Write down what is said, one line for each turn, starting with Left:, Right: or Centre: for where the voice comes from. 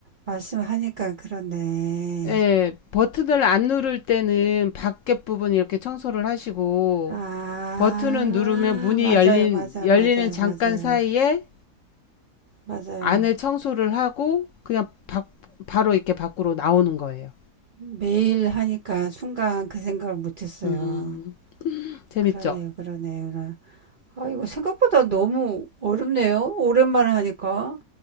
Right: 말씀하니까 그렇네.
Left: 예, 버튼을 안 누를 때는 밖에 부분 이렇게 청소를 하시고
Right: 아,
Left: 버튼을 누르면 문이
Right: 맞아요,
Left: 열린,
Right: 맞아,
Left: 열리는
Right: 맞아요,
Left: 잠깐
Right: 맞아요,
Left: 사이에
Right: 맞아요.
Left: 안에 청소를 하고 그냥 바, 바로 이렇게 밖으로 나오는 거예요.
Right: 매일 하니까 순간 그 생각을 못했어요.
Left: 음, 재밌죠?
Right: 그러네요, 그러네요. 아, 이거 생각보다 너무 어렵네요. 오랜만에 하니까.